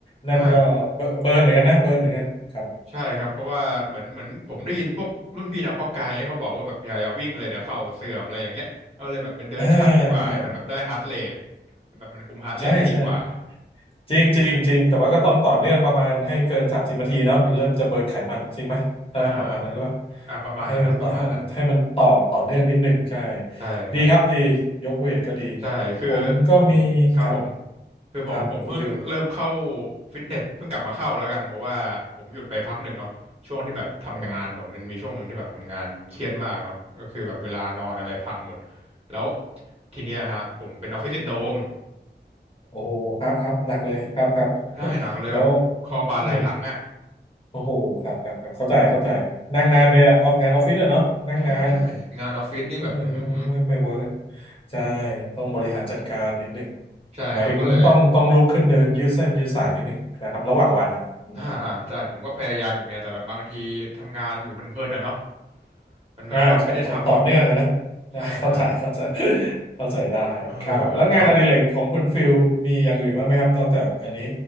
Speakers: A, on the left (about 30°); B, on the right (about 35°).
A: นั่นก็เบิร์เบิร์นเหมือนกันนะเบิร์นเหมือนกันครับ
B: อ่าใช่ครับเพราะว่าเหมือนเหมือนผมได้ยินพวกรุ่นพี่นักเพาะกายเนี่ยเขาบอกว่าแบบอย่าอย่าวิ่งเลยเดี๋ยวเข่าเสื่อมอะไรอย่างเงี้ยเราเลยแบบเป็นเดินชัดดีกว่าให้มันแบบได้ฮาร์ทเรท
A: อ่า
B: แบบมันคุมฮาร์ทเรทได้ดีกว่า
A: ใช่ใช่จริงจริงจริงแต่ว่าก็ต้องต่อเนื่องประมาณให้เกินสามสิบนาทีเนาะมันเริ่มจะเบิร์นไขมันจริงไหมใช่ไหมประมาณนั้นหรือเปล่า
B: อ่าอ่าประมาณนั้นครับประมาณนั้น
A: ให้มันต่อให้มันต่อต่อเนื่องนิดหนึ่งใช่
B: ใช่ครับ
A: ดีครับดียกเวทก็ดี
B: ใช่คือผมครับผม
A: ผมก็มีครับ
B: คือผมผมเพิ่งเริ่มเข้า
A: ครับคุณฟิล
B: ฟิตเนสเพิ่งกลับมาเข้าแล้วกันเพราะว่าผมหยุดไปพักหนึ่งเนาะช่วงที่แบบทำงานผมมันมีช่วงหนึ่งที่แบบทำงานเครียดมากเนาะก็คือแบบเวลานอนอะไรพังหมด
A: โอ้
B: แล้วทีเนี้ยฮะผมเป็นออฟฟิศซินโดรม
A: โอ้ครับครับหนักเลยครับครับ <laughs>
B: ใช่หนักเลยแบบคอบ่าไหล่หลังอ่ะ
A: แล้วอืมโอ้โหครับครับครับเข้าใจเข้าใจนั่งนานไปอะออฟงานออฟฟิศอะเนาะนั่งนาน
B: ใช่ใช่งานออฟฟิศนี่แบบอือหือ
A: เออไม่ไม่เวิร์กอะใช่ต้องบริหารจัดการนิดนึง
B: ใช่ครับก็เลย
A: หมายถึงต้องต้องลุกขึ้นเดินยืดเส้นยืดสายนิดนึงนะครับระหว่างวันนะอืมครับครับ
B: อ่าอ่าใช่ผมก็พยายามอยู่ไงแต่แบบบางทีทำงานอยู่เพลินๆอ่ะเนาะมันมันก็ไม่ได้ทำหรอก
A: อ่าใช่ใช่ต่อเนื่องอะนะ <laughs>
B: ใช่ใช่
A: นะเข้าใจเข้าใจ <laughs> เข้าใจได้ครับแล้วงานอดิเรกของคุณฟิลมีอย่างอื่นบ้างไหมครับนอกจากอันนี้
B: เออแล้ว